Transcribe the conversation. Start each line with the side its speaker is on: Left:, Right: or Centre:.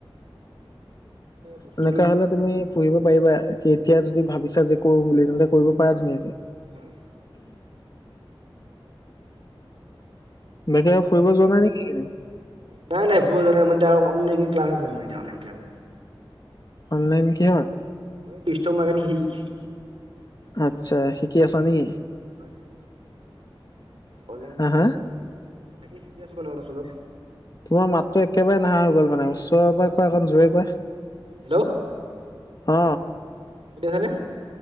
Right: বস্তুটো
Left: এনেকা হলে তুমি পঢ়িব পাৰিবা। এতিয়া যদি ভাবিছা যে কৰো বুলি তেন্তে কৰিব পাৰা ধুনীয়াকে।
Right: হয়।
Left: বেকে ফুৰিব যোৱা নাই নেকি? এইকেইদিন
Right: নাই নাই ভুল হোৱা নাই। মই এতিয়া আৰু কম নেকি, ক্লাছ আছে মানে এতিয়া অনলাইন ক্লাছ আছে।
Left: অনলাইন কিহৰ?
Right: <unintelligible> সি সি
Left: আতছা, শিকি আছা নেকি?
Right: হয় হয়। অনলাইন
Left: হা
Right: <unintelligible>
Left: হা
Right: তাকে শিকি আছো মানে অলপ চলপ।
Left: তোমাৰ মাতটো একেবাৰে নাহা হৈ গ'ল মানে ওচৰৰ পৰা কোৱা, অকণ জোৰে কোৱা।
Right: হেল্ল'।
Left: অ।
Right: শুনি আছেনে?